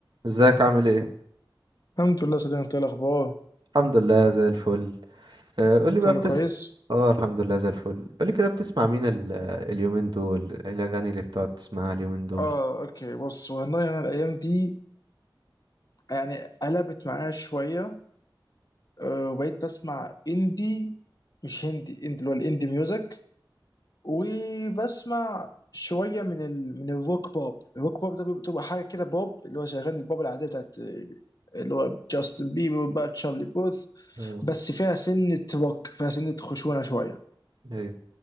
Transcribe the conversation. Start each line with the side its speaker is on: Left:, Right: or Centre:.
Right: ازيك عامل ايه
Left: الحمد لله صديقي انت ايه الاخبار
Right: الحمد لله زي الفل آه، قولي بقى
Left: كله
Right: بتس
Left: كويس
Right: اه الحمد لله زي الفل قولي كده بتسمع مين ال... اليومين دول ايه الاغاني اللي بتقعد تسمعها اليومين دول
Left: اه اوكي بص والله انا الايام دي يعني قلبت معايا شويه آه، وبقيت بسمع اندي مش هندي اندي اللي هو الاندي ميوزك وبسمع شويه من ال... من الروك بوب الروك بوب ده بتبقى حاجه كده بوب اللي هو شغال البوب العاديه بتاعت آه، اللي هو جاستن بيبر بقى تشارلي بوث
Right: اه
Left: بس فيها سنه روك فيها سنه خشونه شويه
Right: ايوه